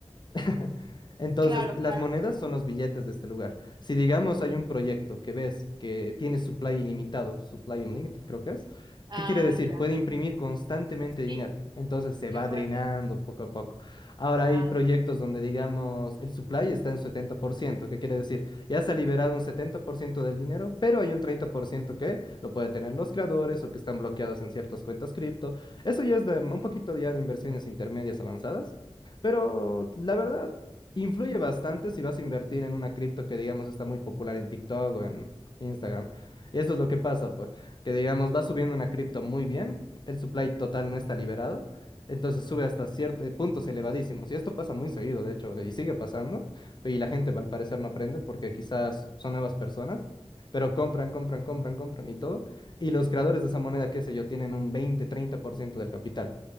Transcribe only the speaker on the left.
<laughs> Entonces,
las
monedas son los billetes de este lugar. Si digamos hay un proyecto que ves que tiene supply ilimitado, supply unlimited creo que es,
¿qué quiere decir?
Puede imprimir constantemente dinero.
Entonces se
va
drenando poco a poco. Ahora hay
proyectos donde digamos el supply está en 70%, ¿qué quiere decir? Ya se ha liberado un 70% del dinero, pero hay un 30% que lo puede tener los creadores o que están bloqueados en ciertas cuentas cripto. Eso ya es de, un poquito ya de inversiones intermedias avanzadas. Pero la verdad, influye bastante si vas a invertir en una cripto que, digamos, está muy popular en TikTok o en Instagram. Y eso es lo que pasa, pues, que, digamos, va subiendo una cripto muy bien, el supply total no está liberado, entonces sube hasta ciertos puntos elevadísimos. Y esto pasa muy seguido, de hecho, y sigue pasando. Y la gente, al parecer, no aprende porque quizás son nuevas personas, pero compran, compran, compran, compran y todo. Y los creadores de esa moneda, qué sé yo, tienen un veinte treinta por ciento del capital